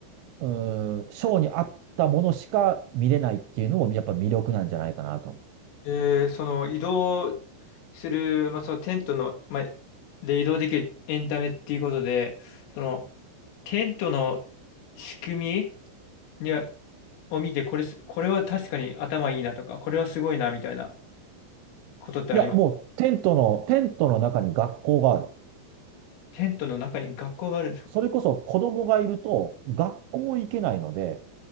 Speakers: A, on the right (about 75°); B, on the left (about 80°).
A: うーん、ショーに合ったものしか見れないっていうのも、やっぱ魅力なんじゃないかなと
B: えーその移動する、まあ、そのテントの、まあ、で移動できるエンタメっていうことで、そのテントの仕組みにはを見て、これす、これは確かに頭いいなとか、これはすごいなみたいなことってあります。
A: いや、もうテントの、テントの中に学校がある。
B: テントの中に学校があるんですか
A: それこそ子供がいると学校行けないので、